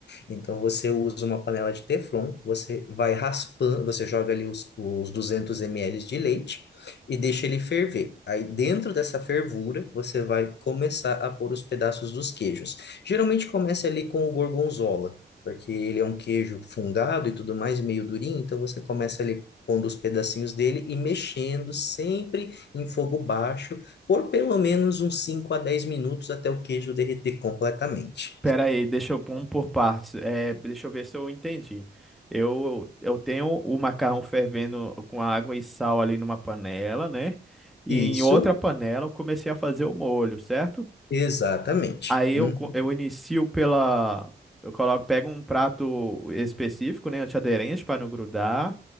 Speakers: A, on the left; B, in the centre.
A: Então você usa uma panela de teflon, você vai raspando, você joga ali os, os 200 ml de leite e deixa ele ferver. Aí dentro dessa fervura, você vai começar a pôr os pedaços dos queijos. Geralmente começa ali com o gorgonzola, porque ele é um queijo fungado e tudo mais, meio durinho, então você começa ali pondo os pedacinhos dele e mexendo sempre em fogo baixo por pelo menos uns 5 a 10 minutos até o queijo derreter completamente.
B: Pera aí, deixa eu pôr um por partes. É, deixa eu ver se eu entendi. Eu, eu tenho o macarrão fervendo com água e sal ali numa panela, né? E
A: Isso
B: em outra panela eu comecei a fazer o molho, certo?
A: Exatamente.
B: Aí eu,
A: Uhum.
B: co- eu inicio pela. Eu coloco, pego um prato específico, né, antiaderente para não grudar.